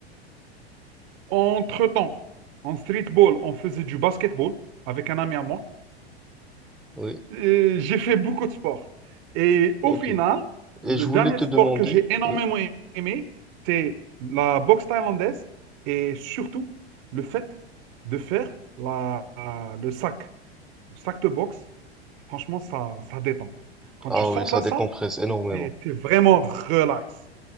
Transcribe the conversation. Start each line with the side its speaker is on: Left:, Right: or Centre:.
Right: Entre-temps, en streetball, on faisait du basketball avec un ami à moi.
Centre: Oui,
Right: Euh, j'ai fait beaucoup de sports. Et au
Centre: ok.
Right: final,
Centre: Et
Right: le
Centre: je voulais
Right: dernier
Centre: te
Right: sport
Centre: demander,
Right: que j'ai énormément
Centre: oui.
Right: aimé, c'est la boxe thaïlandaise et surtout le fait de faire la, euh, le sac, le sac de boxe. Franchement, ça, ça détend. Quand
Centre: Ah
Right: tu sors
Centre: oui, ça
Right: de la
Centre: décompresse
Right: salle,
Centre: énormément,
Right: t'es, t'es vraiment relax.